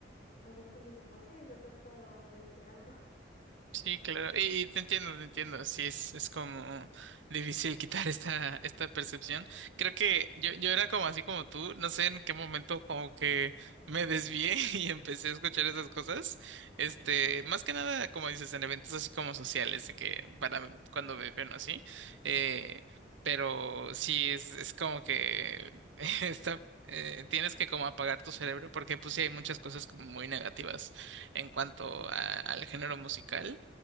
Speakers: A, on the left (about 45°); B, on the right (about 80°).
A: O sea, tú mismo, pues sí, los has estado reiterando. <laughs>
B: Sí, claro. Y, y te entiendo, te entiendo. Sí, es, es como difícil quitar esta, esta percepción. Creo que yo, yo era como así como tú. No sé en qué momento como que me desvié <laughs> y empecé a escuchar esas cosas. Este, más que nada, como dices, en eventos así como sociales, de que para cuando beben o así. Eh, pero sí, es, es como que <laughs> está eh, tienes que como apagar tu cerebro porque pues sí hay muchas cosas como muy negativas en cuanto a- al género musical.